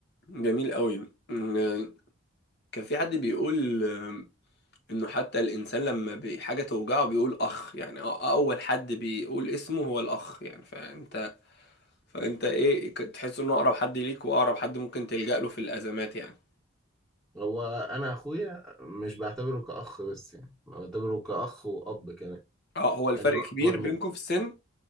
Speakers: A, on the left; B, in the centre.
A: جميل قوي إن- كان في حد بيقول آم، انه حتى الانسان لما بي- حاجة توجعه بيقول اخ يعني أ- اول حد بيقول اسمه هو الاخ يعني فانت فانت ايه ك- تحس انه اقرب حد ليك واقرب حد ممكن تلجأ له في الازمات يعني
B: هو انا اخويا مش بعتبره كاخ بس يعني أنا بعتبره كاخ واب كمان
A: اه هو الفرق
B: لانه اكبر
A: كبير بينكم
B: مني
A: في السن